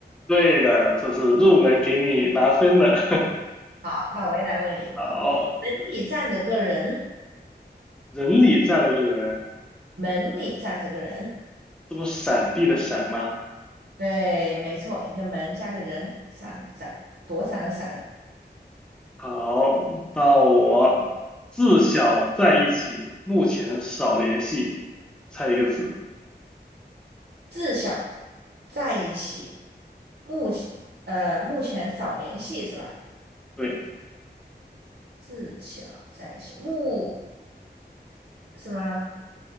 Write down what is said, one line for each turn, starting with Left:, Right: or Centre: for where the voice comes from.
Centre: 对的，这是入门给你拿分的。
Right: 好，那我也来问你一个，
Centre: <laughs> 好，
Right: 门里站着个人，
Centre: 人里站了个人，
Right: 门里站着个人，
Centre: 这不闪避的闪吗？
Right: 对，没错，一个门加个人，闪闪躲闪的闪，
Centre: 好，到我，自小在一起，目前少联系，猜一个字。
Right: 自小在一起，目前呃目前少联系是吧？
Centre: 对，
Right: 自小在一起，目是吗？